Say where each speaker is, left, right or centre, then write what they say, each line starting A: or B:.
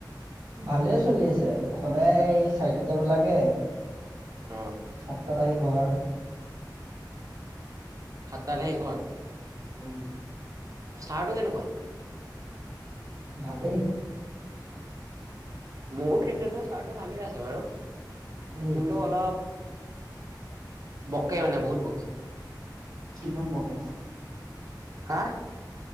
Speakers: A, on the right; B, on the right.
A: ভালে চলি আছে সদায় চাৰিটাত যাব লাগে।
B: অ
A: সাতটাত আহি ঘৰ।
B: সত্তাত আহি ঘৰ
A: উম।
B: চাৰটো কেনেকুৱা?
A: ভালেই।
B: মোৰ কিকেতৰ চাৰটো ভালেই আছে বাৰু
A: উম
B: কিন্তু অলপ। বকে মানে বহুত বকে।
A: কিমান বকে?
B: হাঁ?